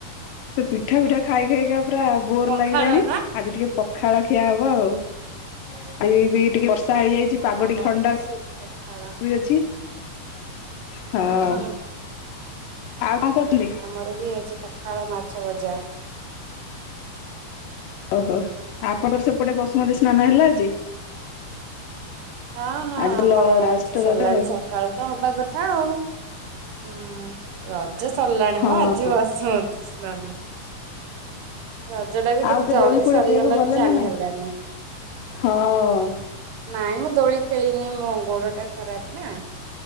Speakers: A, on the left (about 70°); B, on the right (about 90°).
A: ପିଠା ଖାଇ ଖାଇକା ପୁରା ବୋର
B: ପଖାଳ
A: ଲାଗିଲାଣି
B: ନା?
A: ଆଜି ଟିକେ ପଖାଳ ଖିଆ ହବ ଆଉ ଆଉ ବି ଟିକେ ଅ ହେଇଯାଇଛି
B: ହଁ
A: ପାଗଟି
B: ଆମର
A: ଥଣ୍ଡା
B: ବି
A: ହୋଇଅଛି
B: ସେଇ ପଖାଳ।
A: । ହଁ
B: ଓହୋ
A: । ଆଉ କଣ କରୁଛନ୍ତି?
B: ଆମର ବି ଆଜି ପଖାଳ ମାଛ ମାଛ ଭଜା ।
A: ଓହୋ ଆ ଆପଣଙ୍କ ର ସେପଟେ ବସୁମତୀ
B: ହଁ
A: ସ୍ନାନ ହେଲା ଆଜି ।
B: ହଁ ହଁ
A: ଆଜି
B: ଆମର
A: ଲାଷ୍ଟ
B: ଏଠି ସରିଲାଣି
A: ରଜ ଆଉ
B: ସକାଳୁ ତ ହବା କଥା ଆଉ ହୁଁ । ରଜ ସରିଲାଣି
A: ହଁ।
B: ମୁଁ ଆଜି ବସୁମତୀ ସ୍ନାନ । ରଜ ଟା ବି କେତେ
A: ଆଉ କେ
B: ଜଲଦି
A: ଦୋଳି ଫୋଳି
B: ସରିଗଲା
A: ଖେଳିବାକୁ ଗଲେ
B: ବି ଜାଣି
A: ନା ନାଇଁ?
B: ହେଲାନି
A: ହଁ।
B: ନାଇଁ ମ ଦୋଳି ଖେଳିନି ମୋ ଗୋଡ ଟା ଖରାପ ନା